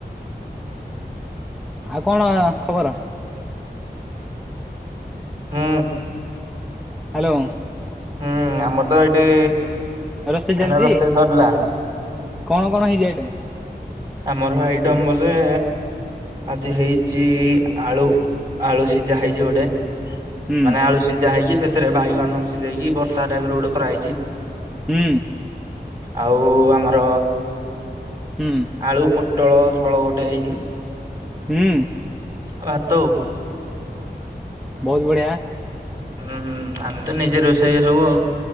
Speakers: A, in the centre; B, on the right (about 20°).
A: ଆଉ କଣ ଖବର।
B: ହୁଁ।
A: ହାଲୋ।
B: ହୁଁ ଆମର ତ ଏଇଠି।
A: ରୋଷେଇ
B: ଏଇନା
A: ଚାଲିଛି
B: ରୋଷେଇ ସରିଲା
A: କଣ କଣ ହେଇଛି ଆଇଟମ।
B: ଆମର ଆଇଟମ୍ ବୋଧେ। ଆଜି ହେଇଛି ଆଳୁ ଆଳୁ ସିଝା ହେଇଛି ଗୋଟେ।
A: ହୁଁ
B: ମାନେ ଆଳୁ ସିଝା ହେଇକି ସେଥିରେ ବାଇଗଣ ସିଝେଇକି ଭର୍ତା ଟାଇପ ର ଗୋଟେ କରାହେଇଛି।
A: ହୁଁ।
B: ଆଉ ଆମର।
A: ହୁଁ।
B: ଆଳୁ ପୋଟଳ ଝୋଳ ଗୋଟେ ହେଇଛି।
A: ହୁଁ।
B: ଆଉ ଭାତ ଆଉ।
A: ବହୁତ ବଢିଆ।
B: ଉଁ ହୁଁ ଆମେ ତ ନିଜେ ରୋଷେଇଆ ସବୁ ଆଉ।